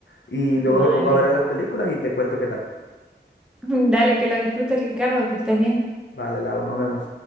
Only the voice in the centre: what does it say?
Vale.
<laughs> Dale, que la disfrutes, Ricardo, que estés bien.